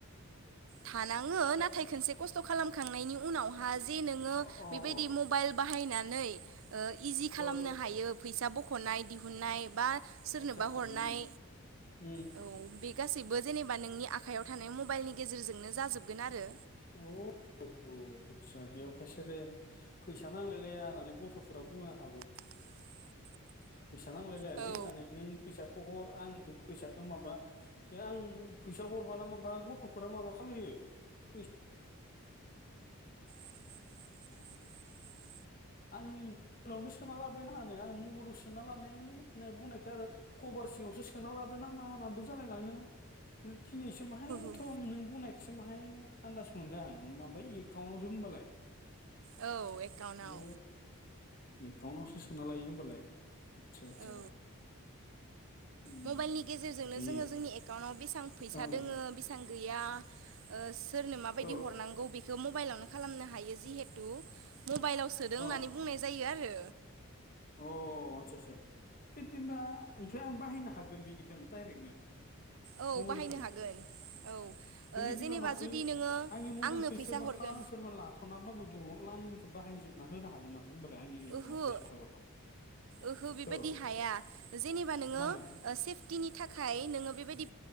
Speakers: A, on the right (about 65°); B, on the left (about 40°).
A: थानाङो
B: दा
A: नाथाय खोनसे खस्थ' खालामखांनायनि उनावहा जे नोङो
B: अ अ
A: बेबायदि
B: अ
A: मबाइल बाहायनानै इजि खालामनो
B: ओ
A: हायो फैसा बख'नाय दिहुननाय बा सोरनोबा
B: आदसा आदसा
A: हरनाय
B: उम उम
A: औ बे गासैब बो जेनेबा नोंनि आखायाव थानाय मबाइलनि गेजेरजोंनो जाजोबगोन आरो।
B: अ। अ आदसा बेयाव खायसोरो फैसा नांलायलाया होननानै गथ'फोरा बुङो आंहाबो।
A: <inaudible>
B: फैसा नांलाय लायालै
A: औ
B: नानै नों फैसा हर आं बे फैसाखौ माबा आं फैसा हरब्ला माबा गथ'फोरा माबा खालायो फैस
A: <inaudible>
B: आंनि मबाइलावनो सोना लाबायनानानै आं मबाइलाव सोना लानाय होननाय बुंनायखाय आरो कभार सिङावसो सोनना लादो ना मा होनांगौ जालाय लाङो। दिनैसो माहायथ'
A: औ
B: नों बुंनाय एस माहाय आन्दास मोनदों आं माबाय एकाउन्टआवसो होनबालाय अ
A: औ एकाउन्टाव
B: एकाउन्टवसो सोना लायो होमबालाय आथसा आथसा
A: औ
B: उम
A: मबाइलनि गेजेरजोंनो
B: दे
A: जोङो जोंनि एकाउन्टाव बेसेबां फैसा
B: औ
A: दोङो बेसेबां गैया ओ सोरनो माबायदि
B: औ
A: हरनांगौ बेखौ मबाइलावनो खालामनो हायो जिहेतु मबाइलाव सोदों होननानै
B: अ
A: बुंनाय जायो आरो
B: अ आथसा आथसा बिदिबा ओंफ्रायाय आं बाहायनो हागोन बिनिखनो डाइरेक्टनो?
A: औ
B: मबाइलनिफ्रायनो
A: बाहायनो हागोन औ
B: बेबायदिबा
A: जेनेबा
B: माथो
A: जुदि नोङो
B: आंनि मबाइलखौ
A: आंनो फैसा
B: सोरबा
A: हरगोन
B: खा सोरबा लाथ'नानैबाबो दलदला आंनिखौ बाहायजोबना होनो हागोन माथो होनबालाय आंनि एकाउन्टाव
A: ओहो
B: फैसा थाबोला
A: ओहो बेबायदि
B: औ
A: हाया जेनेबा नोङो
B: मा होनो
A: सेफटिनि थाखाय नोङो बेबायदि